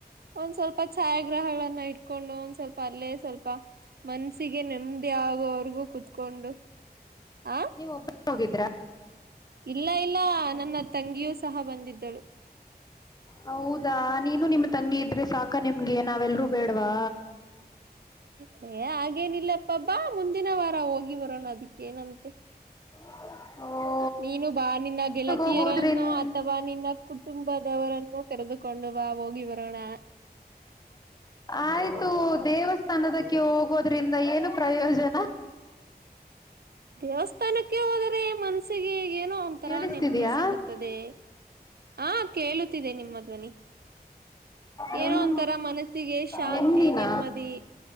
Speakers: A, on the right; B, on the left.
A: ಒಂದ್ ಸ್ವಲ್ಪ ಛಾಯಾಗ್ರಹಗಳನ್ನ ಇಟ್ಕೊಂಡು ಒಂದ್ ಸ್ವಲ್ಪ ಅಲ್ಲೇ ಸ್ವಲ್ಪ ಮನಸಿಗೆ ನೆಮ್ಮದಿ ಆಗೋರು ಗೂ ಕುೂತ್ಕೊಂಡು ಆ
B: ನೀವು ಒಬ್ಬ ಹೋಗಿದ್ರಾ
A: ಇಲ್ಲ ಇಲ್ಲ ನನ್ನ ತಂಗಿಯೂ ಸಹ ಬಂದಿದ್ದಳು
B: ಹೌದಾ ನೀನು ನಿಮ್ಮ ತಂಗಿ ಇದ್ರೆ ಸಾಕ ನಿಮ್ಗೆ ನಾವೆಲ್ರೂ ಬೇಡ್ವಾ
A: ಹಾಗ ಹಾಗೇನಿಲ್ಲಪ್ಪಬಾ ಮುಂದಿನ ವಾರ ಹೋಗಿ ಬರೋಣ ಅದಕ್ಕೇನಂತೆ
B: ಹ್ಮ
A: ನೀನು ಬಾ ನಿನ್ನ ಗೆಳತಿಯರನ್ನು
B: ಹೋಗೋದ್ರಿಂದ
A: ಅಥವಾ ನಿನ್ನ ಕುಟುಂಬದವರನ್ನು ಕರೆದುಕೊಂಡು ಬಾ ಹೋಗಿ ಬರೋಣ
B: ಆಯ್ತು ದೇವಸ್ಥಾನದಕ್ಕೆ ಹೋಗೋದ್ರಿಂದ ಏನು ಪ್ರಯೋಜನ
A: ದೇವಸ್ಥಾನಕ್ಕೆ ಹೋದ್ರೆ ಮನ್ಸ ಮಸಿಗೆ ಏನೋ ಒಂಥರ
B: ಕೇಳಿಸ್ತಿದಯಾ
A: ನೆಮ್ಮದಿ ಸಿಗುತ್ತದೆ ಹಾ ಕೇಳುತ್ತಿದೆ ನಿಮ್ಮ ಮಧ್ವನಿ
B: ನೆಮ್
A: ಏನೋ ಒಂತರ ಮನಸ್ಸಿಗೆ ಶಾಂತಿ
B: ನೆಮ್ಮದಿನ
A: ನೆಮ್ಮದಿ